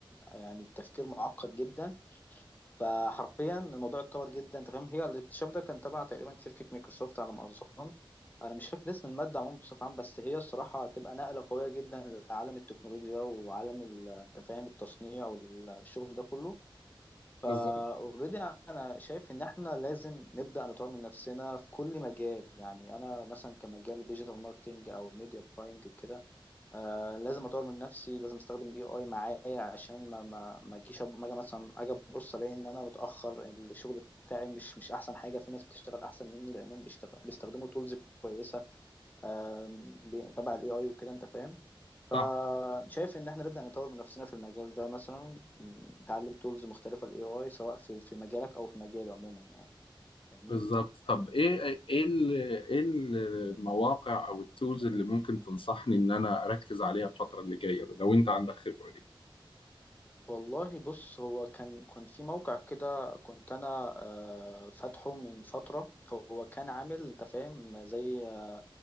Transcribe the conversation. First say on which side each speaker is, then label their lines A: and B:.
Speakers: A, on the left; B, on the left.
A: آه، يعني بتفكير معقد جدا فحرفيا الموضوع اتطور جدا انت فاهم هي الاكتشاف ده كان تبع تقريبا شركه مايكروسوفت على ما اظن انا مش فاكر اسم الماده عموما بصفه عامه بس هي الصراحه هتبقى نقله قويه جدا لعالم التكنولوجيا وعالم ال- انت فاهم التصنيع والشغل ده كله فاوريدي
B: بالظبط
A: انا شايف ان احنا لازم نبدا نطور من نفسنا في كل مجال يعني انا مثلا كمجال ديجيتال ماركتنج او الميديا باينج وكده آه لازم اطور من نفسي لازم استخدم الاي اي معايا عشان ما ما ما اجيش أب- ما اجي مثلا اجي ابص الاقي ان انا متاخر الشغل بتاعي مش مش احسن حاجه في ناس بتشتغل احسن مني لانهم بيشتغل- بيستخدموا تولز كويسه آم، بي- تبع الاي اي وكده انت فاهم فشايف
B: صح.
A: ان احنا نبدا نطور من نفسنا في المجال ده مثلا م، نتعلم تولز مختلفه الاي اي سواء في في مجالك او في مجالي عموما يعني فاهمني
B: بالظبط طب ايه ايه ال- ايه المواقع او التولز اللي ممكن تنصحني ان انا اركز عليها الفتره اللي جايه لو انت عندك خبره ايه
A: والله بص هو كان كنت في موقع كده كنت انا آه، فاتحه من فتره هو كان عامل انت فاهم زي آه،